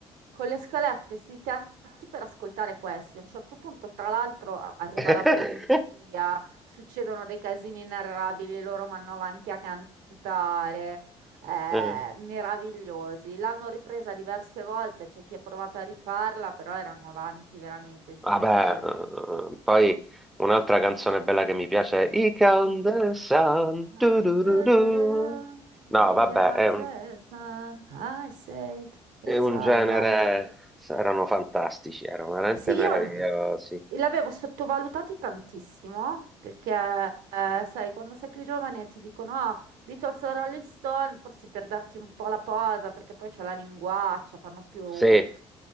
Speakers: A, on the right (about 70°); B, in the centre.
A: con le scalette sui tetti per ascoltare questi. A un certo punto, tra l'altro, arriva
B: <laughs>
A: la polizia succedono dei casini inarrabili, loro vanno avanti a cantare, eh,
B: Eh.
A: meravigliosi. L'hanno ripresa diverse volte, c'è chi ha provato a rifarla, però erano avanti veramente sia
B: Vabbè,
A: musicalmente.
B: eh, poi un'altra canzone bella che mi piace è I Count the Sun.
A: And
B: tu, tu,
A: turururu,
B: tu, tu. No,
A: here
B: vabbè,
A: comes
B: è un,
A: the sun, I said,
B: è
A: it's
B: un
A: alright.
B: genere. Erano fantastici, erano veramente
A: Sì,
B: meravigliosi.
A: io l- l'avevo sottovalutato tantissimo perché, eh, sai, quando sei più giovane ti dicono, ah, Beatles o Rolling Stone, forse per darti un po' la posa, perché poi c'è la linguaccia, fanno più, no?
B: Sì,